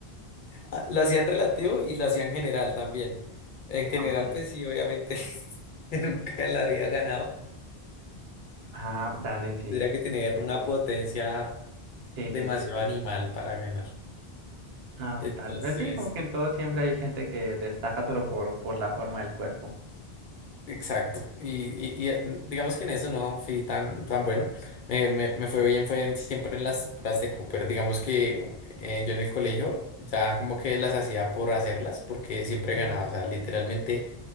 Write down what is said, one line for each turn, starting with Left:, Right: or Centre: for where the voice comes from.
Left: Ah, Lo hacían relativo y lo hacían general también. En
Right: Ah,
Left: general,
Right: ok.
Left: pues sí, obviamente <laughs> nunca en la vida ganaba.
Right: Ah, dale, sí.
Left: Tendría que tener
Right: Comprendible.
Left: una potencia
Right: Sí,
Left: demasiado
Right: sí, sí.
Left: animal para ganar.
Right: Ah, brutal.
Left: Entonces,
Right: Pero sí, como que en todo siempre hay gente que destaca solo por, por la forma del cuerpo.
Left: Exacto, y, y- y, eh, digamos que en eso no fui tan, tan bueno, me, me- me fue bien, fue en- siempre en las pruebas de Cooper, digamos que u- eh, yo en el colegio ya como que las hacía por hacerlas, porque siempre
Right: Ujú.
Left: ganaba, o sea, literalmente